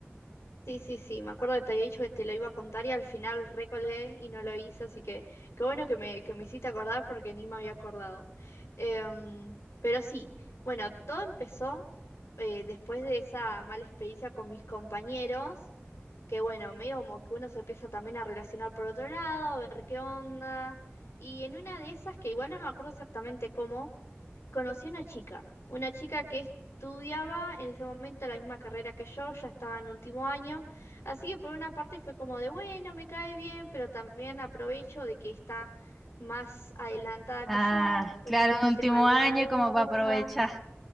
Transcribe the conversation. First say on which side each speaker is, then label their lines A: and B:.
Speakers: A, on the left; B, in the centre.
A: Sí, sí, sí, me acuerdo que te había dicho que te lo iba a contar y al final recolgué y no lo hice, así que qué bueno que me, que me hiciste acordar porque ni me había acordado. Em, pero sí, bueno, todo empezó eh, después de esa mala experiencia con mis compañeros que bueno, medio como que uno se empieza también a relacionar por otro lado, a ver qué onda. Y en una de esas, que igual no me acuerdo exactamente cómo, conocí a una chica, una chica que estudiaba en ese momento la misma carrera que yo, ya estaba en último año, así que por una parte fue como de, bueno, me cae bien, pero también aprovecho de que está más adelantada
B: Ah,
A: que yo,
B: claro,
A: entonces
B: en
A: si tengo
B: último
A: alguna
B: año
A: duda,
B: como para aprovechar